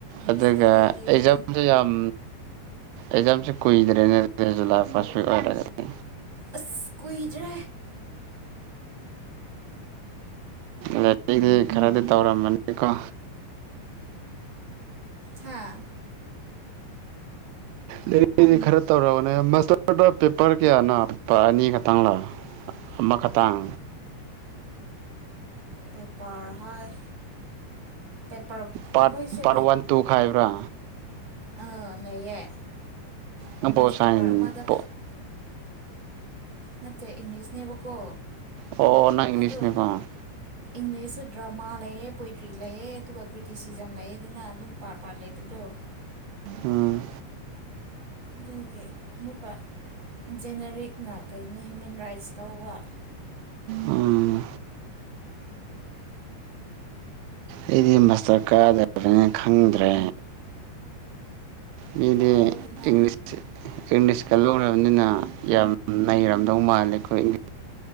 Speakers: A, on the right; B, on the right.
A: ꯑꯗꯨꯒ
B: ꯏꯁꯇꯗꯤ ꯂꯤꯞꯅꯦ
A: ꯑꯦꯛꯖꯥꯝꯁꯦ ꯌꯥꯝ ꯑꯦꯛꯖꯥꯝꯁꯦ ꯀꯨꯏꯗ꯭ꯔꯦꯅꯦ ꯑꯗꯨꯗꯤ ꯖꯨꯂꯥꯏ ꯐꯥꯔꯁ ꯋꯤꯛ ꯑꯣꯏꯔꯒꯗꯤ
B: ꯑꯁ ꯀꯨꯏꯗ꯭ꯔꯦ
A: ꯂꯥꯏꯔꯤꯛ ꯗꯤ ꯈꯔꯗꯤ ꯇꯧꯔꯝꯃꯅꯤꯀꯣ
B: ꯍꯥꯥ
A: ꯂꯥꯏꯔꯤꯛꯇꯤ ꯈꯔ ꯇꯧꯔꯝꯕꯅꯦ ꯃꯁꯇ꯭ꯔꯗ ꯄꯦꯄꯔ ꯀꯌꯥꯅꯣ ꯄꯦꯄꯔ ꯑꯅꯤ ꯈꯛꯇꯪ ꯂꯣ ꯑꯃ ꯈꯇꯪ
B: ꯄꯦꯄꯔ ꯍꯥꯏ ꯄꯦꯄꯔ
A: ꯄꯥꯔꯠ
B: ꯑꯩꯈꯣꯏꯁꯦ
A: ꯄꯥꯔꯠ ꯋꯥꯟ ꯇꯨ ꯈꯥꯏꯕ꯭ꯔꯥ
B: ꯑꯥ ꯂꯩꯌꯦ
A: ꯅꯪ
B: ꯑꯣꯅꯔꯁ
A: ꯄꯣꯜ ꯁꯥꯏꯟ
B: ꯄꯦꯄꯔ ꯑꯃꯗ
A: ꯄꯣ
B: ꯅꯠꯇꯦ ꯏꯪꯂꯤꯁꯅꯦꯕꯀꯣ
A: ꯑꯣ ꯅꯪ ꯏꯪꯂꯤꯁꯅꯦꯀꯣ
B: ꯑꯗꯣ ꯏꯪꯂꯤꯁꯁꯨ ꯗ꯭ꯔꯃꯥ ꯂꯩꯌꯦ ꯄꯣꯏꯇ꯭ꯔꯤ ꯂꯩꯌꯦ ꯑꯗꯨꯒ ꯀ꯭ꯔꯤꯇꯤꯁꯤ ꯑꯦꯛꯖꯝ ꯂꯩꯌꯦꯗꯅꯥ ꯑꯗꯨꯝ ꯄꯥꯔꯠ ꯄꯥꯔꯠ ꯂꯩꯕꯗꯣ
A: ꯎꯝ
B: ꯗꯨꯒꯤ ꯑꯃꯨꯛꯀꯥ ꯖꯦꯅꯔꯤꯛꯅ ꯀꯩꯅꯣ ꯍ꯭ꯌꯨꯃꯦꯟ ꯔꯥꯏꯠꯁ ꯂꯧꯕ
A: ꯎꯝ ꯑꯩꯗꯤ ꯃꯥꯁꯇꯔ ꯀꯥꯗꯕꯅꯤꯅ ꯈꯪꯗ꯭ꯔꯦ ꯃꯤꯗꯤ
B: ꯀꯥꯎꯗꯅ
A: ꯏꯪꯂꯤꯁ ꯏꯪꯂꯤꯁꯀ ꯂꯧꯔꯕꯅꯤꯅ ꯌꯥꯝ ꯅꯩꯔꯝ ꯃꯥꯅꯦ ꯏꯈꯣꯏꯒꯤ